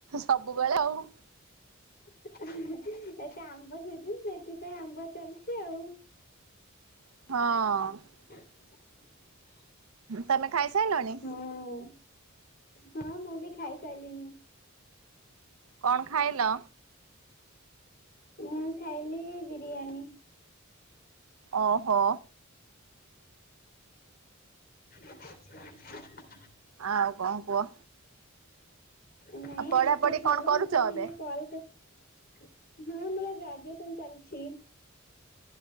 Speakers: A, on the right; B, on the left.
A: ସବୁବେଳେ ଆଉ
B: ଏତେ ଆମ୍ବ ସେଝୁ ସେଥିପାଇଁ ଆମ୍ବ ଚାଲିଚି ଆଉ
A: ହଁ।
B: <unintelligible>
A: ତମେ ଖାଇସାରିଲଣି?
B: ହୁଁ। ହଁ ମୁଁ ବି। ଖାଇ ସାଇଲିଣିି।
A: କଣ ଖାଇଲ।
B: ମୁଁ ଖାଇଲି ବିରିୟାନୀ।
A: ଓହୋ।
B: <unintelligible>
A: ହଁଉ କଣ କୁହ।
B: ନାଇଁ
A: ପଢାପଢି
B: ଆଉ ତ ଭଲ
A: କଣ କରୁଛ
B: ମୁଁ କ
A: ଏବେ?
B: ଟିକେ କଲ୍ କରି। ହଁ ମୋର ଗ୍ରାଜୁଏସନ ଚାଲିଛି।